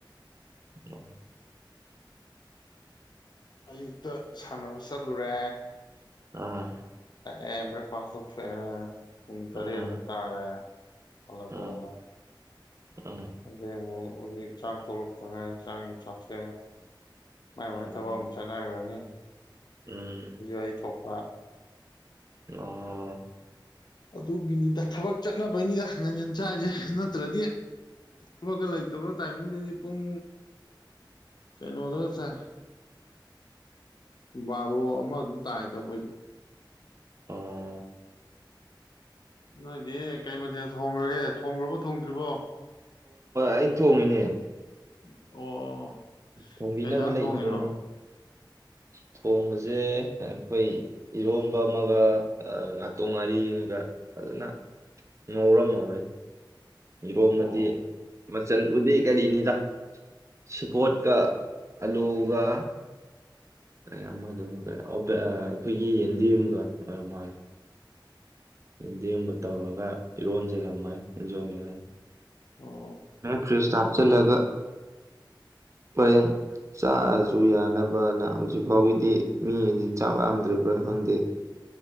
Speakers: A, on the right; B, on the left.
A: ꯑ
B: ꯑꯌꯨꯛꯇ ꯁꯥꯟꯅꯕ ꯆꯂꯨꯨꯔꯦ
A: ꯑꯥ
B: ꯑꯦ ꯕ꯭ꯔꯦꯛꯐꯥꯁ ꯎꯨꯡ ꯇꯔꯦ
A: ꯎꯝ
B: ꯍꯨ ꯇꯥꯔꯦ ꯑꯜꯄꯗꯥ
A: ꯑꯥ ꯎꯝ
B: ꯑꯗꯦꯃꯣ ꯍꯧꯖꯤꯛ ꯆꯥꯛ ꯇꯣꯂꯛꯄ ꯉꯥꯏ ꯆꯥꯡ ꯆꯥꯊꯦ ꯃꯥꯏ
A: ꯑꯣ
B: ꯃꯥꯏ ꯇꯕ ꯑꯃꯨꯛ ꯆꯥꯟꯅꯈ꯭ꯔꯅꯤ
A: ꯎꯝ
B: ꯑꯏ ꯊꯣꯛꯄ ꯑ
A: ꯑꯣ
B: ꯑꯗꯨꯒꯤꯅꯤꯗ ꯊꯕꯛ ꯆꯠꯅꯕꯩꯅꯤꯗ ꯉꯪꯒꯟ ꯆꯥꯏꯁꯦ ꯅꯠꯇ꯭ꯔꯗꯤ ꯊꯕꯛꯀ ꯂꯩꯇꯕ ꯇꯥꯏꯃꯤꯡꯗꯨꯗꯤ ꯄꯨꯡ ꯀꯩꯅꯩꯅꯣ ꯑꯣꯒ ꯕꯥꯔꯣ ꯑꯃ ꯑꯗꯨꯝ ꯇꯥꯏꯗ ꯑꯩꯈꯣꯏꯁꯨ
A: ꯑꯣ
B: ꯅꯣꯏꯗꯤ ꯀꯩ ꯃꯊꯦꯜ ꯊꯣꯡꯈ꯭ꯔꯒꯦ ꯊꯣꯡꯈ꯭ꯔꯕꯣ ꯊꯣꯡꯗ꯭ꯔꯤꯕꯣ
A: ꯑꯩꯅ ꯊꯣꯡꯉꯤꯅꯦ
B: ꯎꯝ ꯑꯣ
A: ꯊꯣꯡꯕꯤꯅꯕ
B: ꯀꯩꯁꯥꯡ
A: ꯂꯩꯇ꯭ꯔꯦꯅꯦ
B: ꯊꯣꯡꯉꯤꯅꯣ
A: ꯊꯣꯡꯕꯁꯦ ꯑꯩꯈꯣꯏ ꯏꯔꯣꯝꯕ ꯑꯃꯒ ꯉꯥꯇꯣꯡ ꯉꯥꯔꯤ ꯑꯃꯒ ꯐꯖꯅ ꯉꯧꯔꯝꯍꯧꯔꯦ ꯌꯦꯔꯣꯝ ꯑꯃꯗꯤ
B: ꯑꯣ
A: ꯃꯆꯜ ꯎꯗꯤ ꯀꯔꯤꯅꯤꯗ ꯁꯤꯀꯣꯠꯀ ꯑꯂꯨꯒ ꯀ ꯑꯃ ꯑꯗꯨꯝ ꯑꯩꯈꯣꯏꯒꯤ ꯌꯦꯟꯗꯤꯦꯝꯨꯝꯒ ꯑꯣꯏꯔꯝ ꯃꯥꯜꯂꯤꯦ ꯗꯤꯡꯕ ꯇꯧꯔꯒ ꯏꯔꯣꯟꯖꯜꯂꯝꯃꯣꯏ ꯖꯂꯖ
B: ꯑꯣ
A: ꯐ ꯆꯠꯂꯒ ꯀꯔꯦꯟ ꯆꯥꯔꯁꯨ ꯌꯥꯅꯕꯅ ꯍꯧꯖꯤꯛ ꯐꯥꯎꯒꯤꯗꯤ ꯃꯤ ꯆꯥꯛ ꯂꯥꯝꯗ꯭ꯔꯤꯕ꯭ꯔꯥ ꯈꯪꯗꯦ